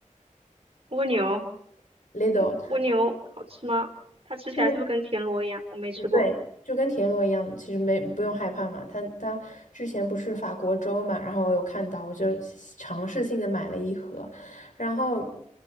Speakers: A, on the right; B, on the left.
A: 蜗牛，
B: ，Lidl
A: 嗯，
B: 它。
A: 蜗牛好吃吗？它吃起来是不是跟田螺一样？
B: 之前
A: 我没吃过。
B: 嗯对，就跟田螺一样，其实没不用害怕嘛。它它之前不是法国粥嘛，然后我有看到，我就尝试性的买了一盒，然后